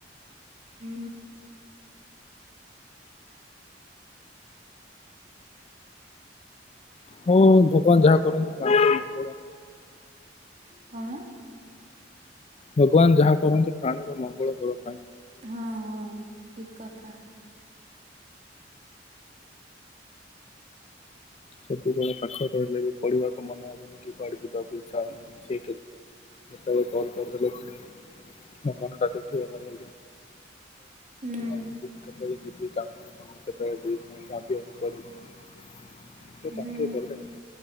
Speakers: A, on the right; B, on the left.
A: ହୁଁ।
B: ହୋଉ ଭଗବାନ ଯାହା କରନ୍ତି ପ୍ରାଣୀର ମ
A: କଣ?
B: ଭଗବାନ ଯାହା କରନ୍ତି ପ୍ରାଣୀର ମଙ୍ଗଳ କରନ୍ତି।
A: ହଁ ହଁ ଠିକ କଥା।
B: ସବୁବେଳେ ପାଖରେ ରହିଲେବି ପଢିବାକୁ ମନ ହବନି କି କୁଆଡେ ଯିବାକୁ ଇଚ୍ଛା ହବନି ସେ କଲ କରିଦଲେ ପୁଣି ମୋ ମନଟା <unintelligible> ତ ମୁଁ
A: ହୁଁ
B: ଆଉ ଯିବି। <unintelligible> କେତେବେଳେ ଦେଇ ଭାବିବାକୁ ପଡେ <unintelligible> ତ ତାଙ୍କେ
A: ହୁଁ
B: ଗଲେ